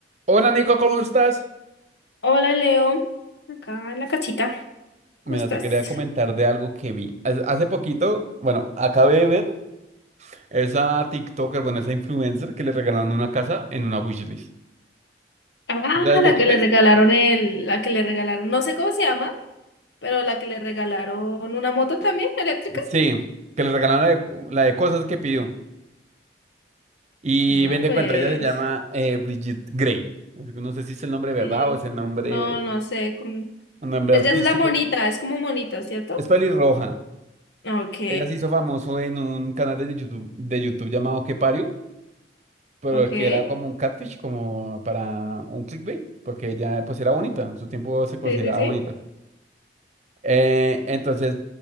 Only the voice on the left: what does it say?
Hola Leo, acá en la casita,
¿cómo estás?
Ah,
la
que le
regalaron el, la que le regalaron, no sé cómo se llama, pero la que le regalaron una moto también eléctrica.
Ah,
pues,
y-
no, no sé, como-
ella
es la monita, es como monita, ¿cierto?
Ok,
ok, sí,
sí, sí.